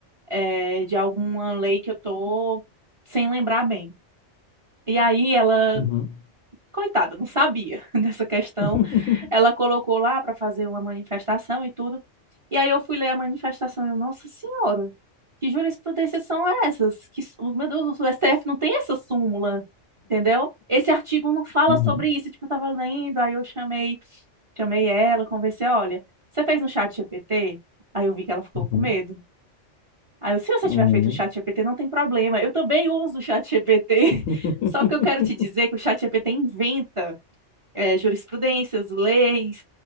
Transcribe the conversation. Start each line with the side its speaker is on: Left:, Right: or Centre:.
Right: é, de alguma lei que eu tô sem lembrar bem. E aí ela
Left: uhum.
Right: coitada, não sabia <laughs> dessa questão.
Left: <laughs>
Right: Ela colocou lá para fazer uma manifestação e tudo. E aí eu fui ler a manifestação e eu, nossa senhora, que jurisprudências são essas? Que, su- meu Deus, o STF não tem essa súmula, entendeu? Esse artigo não fala
Left: Uhum,
Right: sobre isso. Tipo, eu tava lendo, aí eu chamei, chamei ela, conversei, olha, você fez um chat GPT? Aí eu vi que ela ficou
Left: uhum,
Right: com medo. Aí eu, se você
Left: uhum.
Right: tiver feito um chat GPT, não tem problema. Eu também uso o chat GPT.
Left: <laughs>
Right: <laughs> Só que eu quero te dizer que o chat GPT inventa é, jurisprudências, leis,